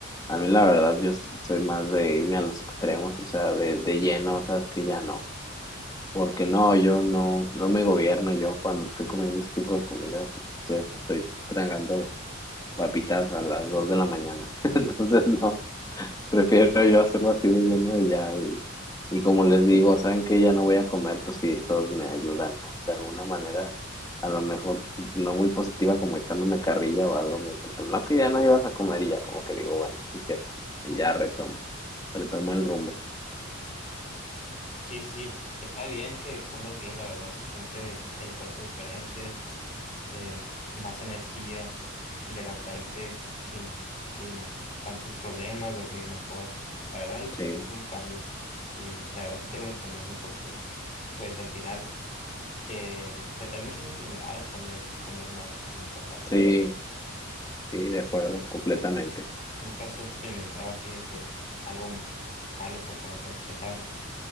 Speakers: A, on the left; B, on the left.
A: A mí la verdad, yo s- soy más de irme a los extremos, o sea, de, de lleno, sabes que ya no. Porque no, yo no, no me gobierno yo cuando estoy comiendo ese tipo de comida. O sea, estoy tragando papitas a las 2 de la mañana. <laughs> Entonces, no, prefiero yo hacerlo así de lleno y ya. Y, y como les digo, saben que ya no voy a comer, pues sí, todos me ayudan, ¿no? De alguna manera, a lo mejor pues, no muy positiva, como echándome carrilla o algo. Me dicen, pues no, que ya no ibas a comer y ya como que digo, bueno, sí es cierto. Y ya retomo, retomo el rumbo.
B: Sí, sí, sí. Está bien que comer bien, la verdad. Se siente el cuerpo diferente, eh, más energía, levantarte sin, sin tantos problemas, dormir mejor. La verdad, yo sí
A: Sí,
B: sentí un cambio y la verdad sí te lo recomiendo porque, pues, al final eh, te trae muchas enfermedades también comer mal, comer chatarra.
A: sí, sí, de acuerdo, completamente.
B: Nunca has experimentado así de que algo malo por comer tanta chatarra. <laughs>